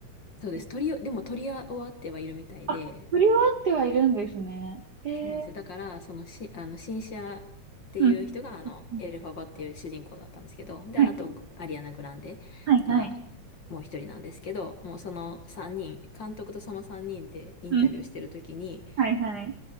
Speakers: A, on the left; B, on the right.
A: そうです。
B: え
A: 撮りよ、でも撮り終わってはいるみたいで、
B: あ、振り終わってはいるんですね。へえ。
A: そうなんですよ。だから、そのし、あの、シンシアっていう人が、
B: うん。
A: あの、
B: うん
A: エルファバっていう主人公だったんですけど、で、
B: はい
A: あと、グアリアナ・グランデが、
B: はいはい。
A: もう一人なんですけど、もうその三人、監督とその三人でインタビューしてるときに、
B: うん。はいはい。